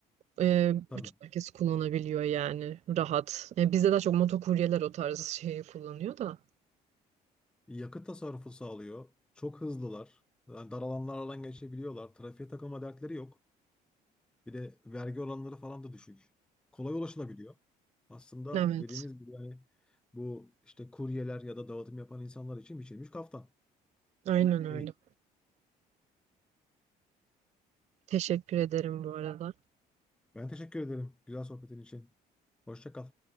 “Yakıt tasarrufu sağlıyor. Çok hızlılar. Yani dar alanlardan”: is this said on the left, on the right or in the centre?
Centre